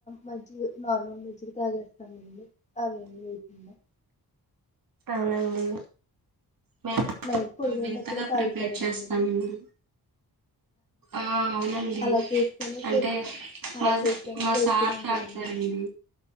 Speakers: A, on the left; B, on the right.
A: మజ్జి గ నార్మల్ మజ్జిగ తాగేస్తామండి అవేమి. <inaudible>
B: అవునండి మేము
A: నైట్ పడుకునేటప్పుడె
B: వింతగా
A: తాగుతారండి
B: ప్రిపేర్ చేస్తామండి
A: మీరు?
B: ఆ అవునండి
A: అలా చేస్తేనే టేస్ట్
B: అంటే
A: అలా
B: మ
A: చేస్తేనే
B: మా
A: టేస్టీగా
B: సార్
A: ఉంటదండి
B: త ఇట్లా రండి